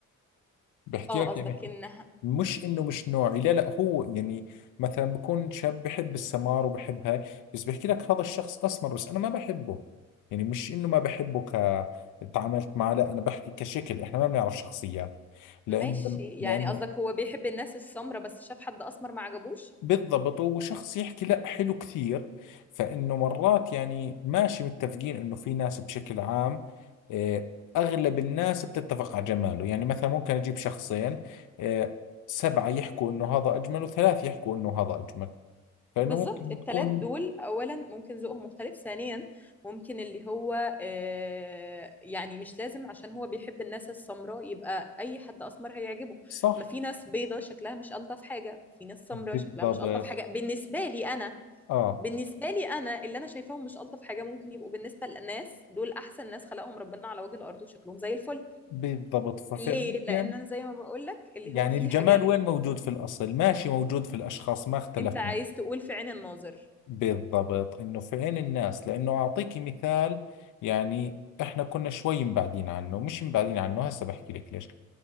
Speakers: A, on the left; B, in the centre.
A: بحكي
B: اه
A: لك
B: قصدك
A: يعني
B: انها
A: مش انه مش نوعي لا لا هو يعني مثلا بكون شاب بحب السمار وبحب هاي بس بحكي لك هذا الشخص اسمر بس انا ما بحبه يعني مش انه ما بحبه ك تعاملت معه لا انا بحكي كشكل احنا ما بنعرف شخصيات لانه
B: ماشي يعني
A: لانه
B: قصدك هو بيحب الناس السمرة بس شاف حد اسمر ما عجبوش
A: بالضبط وشخص يحكي لا حلو كثير فإنه مرات يعني ماشي متفقين إنه في ناس بشكل عام آه، أغلب الناس بتتفق على جماله يعني مثلا ممكن أجيب شخصين آه، سبعة يحكوا إنه هذا أجمل وثلاث يحكوا إنه هذا أجمل فإنه
B: بالظبط
A: ممكن
B: التلات
A: تكون
B: دول اولا ممكن ذوقهم مختلف ثانيا ممكن اللي هو آه يعني مش لازم عشان هو بيحب الناس السمراء يبقى اي حد اسمر هيعجبه
A: صح
B: ما في ناس بيضة شكلها مش الطف حاجة في ناس سمراء
A: بالضبط
B: شكلها مش الطف حاجة بالنسبة لي انا
A: آه
B: بالنسبة لي أنا اللي أنا شايفاهم مش ألطف حاجة ممكن يبقوا بالنسبة للناس دول أحسن ناس خلقهم ربنا على وجه الأرض وشكلهم زي الفل
A: بالضبط ففعليا
B: ليه؟ لأن أنا زي ما بقول لك اللي
A: يعني
B: هو في
A: الجمال
B: حاجات
A: وين موجود في الأصل ماشي موجود في الأشخاص ما اختلفنا
B: أنت عايز تقول في عين الناظر
A: بالضبط انه في عين الناس لانه اعطيكي مثال يعني احنا كنا شوي مبعدين عنه مش مبعدين عنه هسه بحكي لك ليش